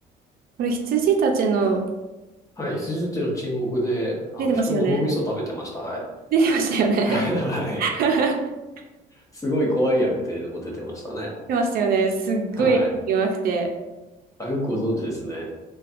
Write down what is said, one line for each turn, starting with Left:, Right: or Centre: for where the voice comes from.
Right: これ羊たちの、
Left: はい。羊たちの沈黙で、あの、
Right: 出てますよね。
Left: 人の脳みそ食べてました。はい。
Right: 出てましたよね。
Left: <laughs> はい。
Right: <laughs> 出
Left: すごい怖い役で、でも出てましたね。
Right: てましたよね。すっごい演技うまくて。
Left: はい。あ、よくご存知ですね。